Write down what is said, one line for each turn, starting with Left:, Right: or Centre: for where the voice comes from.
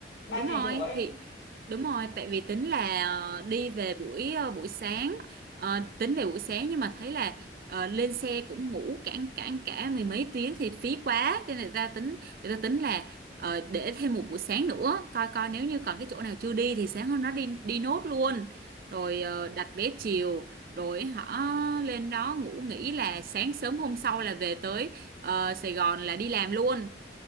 Left: ba
Right: đúng
Left: ngày
Right: rồi
Left: rưỡi
Right: thì Đúng rồi, tại vì tính là ờ, đi về buổi ờ, buổi sáng, Ờ, tính về buổi sáng nhưng mà thấy là ờ, lên xe cũng ngủ cả cả cả mười mấy tiếng thì phí quá, cho nên người ta tính người ta tính là ờ, để thêm một buổi sáng nữa, coi coi nếu như còn cái chỗ nào chưa đi thì sáng hôm đó đi đi nốt luôn, rồi ờ, đặt vé chiều, rồi họ lên đó ngủ nghỉ là sáng sớm hôm sau là về tới ờ, Sài Gòn là đi làm luôn.